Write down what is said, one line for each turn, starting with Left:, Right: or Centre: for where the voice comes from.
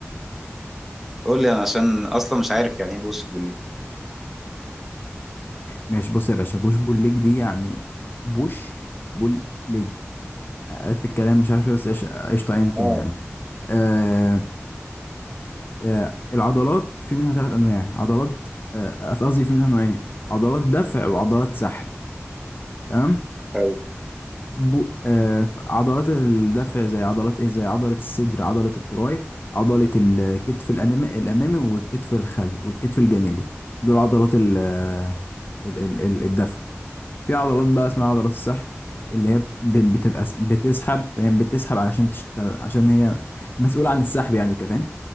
Centre: قول لي انا عشان اصلا مش عارف يعني ايه بوش بالليج
Left: ماشي بص يا باشا بوش بول ليج دي يعني بوش بول ليج قلت الكلام مش عارف ليه بس قش- قشطه ايا
Centre: اه
Left: كان يعني آه آه العضلات في منها ثلاث انواع عضلات آه آه، قصدي في منها نوعين عضلات دفع وعضلات سحب تمام
Centre: طيب
Left: بو آه عضلات الدفع زي عضلات ايه زي عضلة الصدر عضلة التراي عضلة الكتف الأنم- الأمامي والكتف الخلفي والكتف الجانبي دول عضلات ال آه، ال ال ال- الدفع في عضلات بقى اسمها عضلات السحب اللي هي ب- بتبقى س- بتسحب فاهم بتسحب علشان تشتغل عشان هي مسؤولة عن السحب يعني وكده فاهم